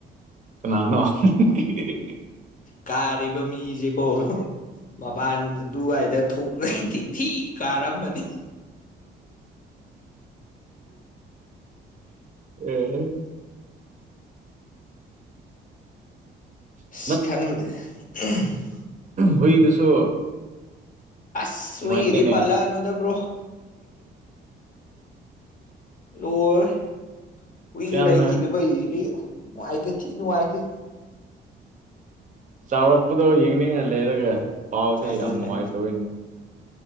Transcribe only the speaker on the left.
ꯀꯥꯔꯤꯕ ꯃꯤꯁꯦꯀꯣ ꯃꯄꯥꯟ ꯑꯗꯨꯋꯥꯏꯗ ꯊꯣꯛꯂꯩ ꯇꯦ ꯊꯤ ꯀꯥꯔꯝꯃꯅꯤ
ꯑꯁ
ꯈꯪꯗꯦ <unintelligible>
ꯑꯁ
ꯍꯨꯏꯗꯤ ꯄꯜꯂꯅꯨꯗ ꯕ꯭ꯔꯣ ꯂꯣꯏ ꯍꯨꯏ
ꯂꯩꯈꯤꯗꯕꯩ ꯏꯗꯤ ꯅꯨꯡꯉꯥꯏꯇꯦ ꯊꯤꯟ ꯅꯨꯡꯉꯥꯏꯇꯦ
ꯑꯗꯨꯅꯦ